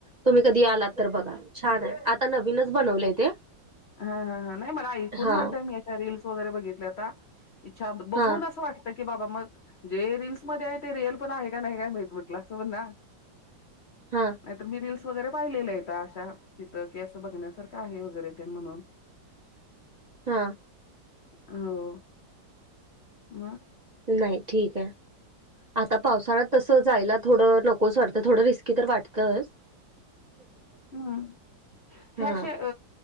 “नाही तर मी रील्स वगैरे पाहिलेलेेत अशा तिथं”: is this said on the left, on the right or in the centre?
Left